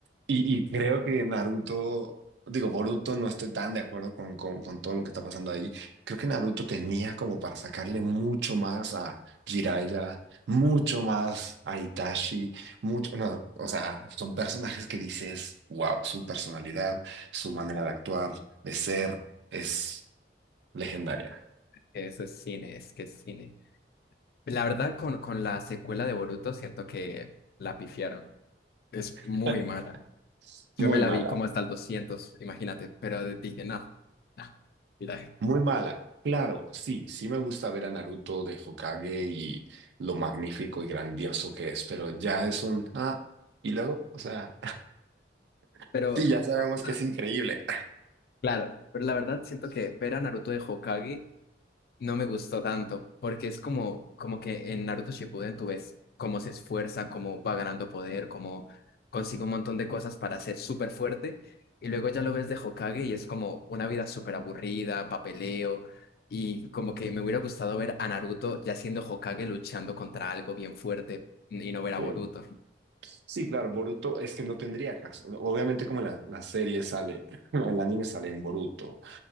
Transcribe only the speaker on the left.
que eso es cine, es que es cine. La verdad, con, con la secuela de Boruto siento que la pifiaron. Es
muy mala. Yo
me la
vi como hasta el 200 imagínate, pero de- dije, no, no, mira.
Pero,
ah,
claro, pero la verdad siento que ver a Naruto de Hokage no me gustó tanto, porque es como, como que en Naruto Shippuden tú ves cómo se esfuerza, cómo va ganando poder, cómo consigue un montón de cosas para ser súper fuerte, y luego ya lo ves de Hokage y es como una vida súper aburrida, papeleo, y como que me hubiera gustado ver a Naruto ya siendo Hokage luchando contra algo bien fuerte y no ver a
Boruto.